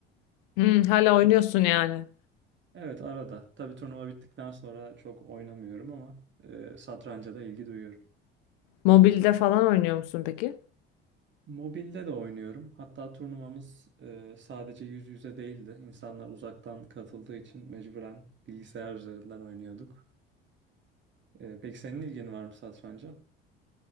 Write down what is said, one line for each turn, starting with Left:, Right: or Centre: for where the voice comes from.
Left: Hmm, hala oynuyorsun yani.
Right: Evet arada. Tabii turnuva bittikten sonra çok oynamıyorum ama e, satranca da ilgi duyuyorum.
Left: Mobilde falan oynuyor musun peki?
Right: Mobilde de oynuyorum. Hatta turnuvamız e, sadece yüz yüze değildi. İnsanlar uzaktan katıldığı için mecburen bilgisayar üzerinden oynuyorduk. E, peki senin ilgin var mı satranca?